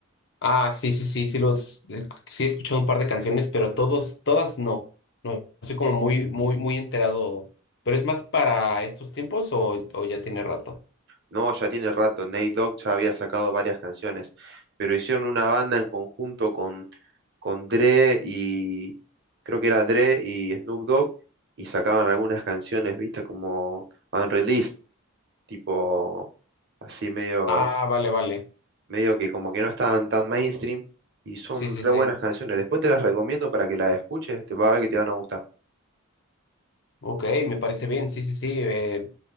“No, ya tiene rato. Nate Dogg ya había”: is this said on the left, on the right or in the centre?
Right